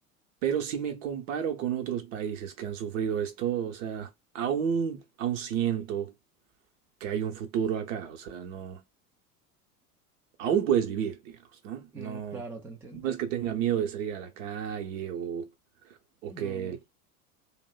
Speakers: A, on the right; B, in the centre.
A: pero si me comparo con otros países que han sufrido esto, o sea, aún, aún siento que hay un futuro acá, o sea, no, aún puedes vivir, digamos, ¿no?
B: mm,
A: No,
B: claro, te entiendo.
A: no es que tenga miedo de salir a la calle o, o
B: Mm,
A: que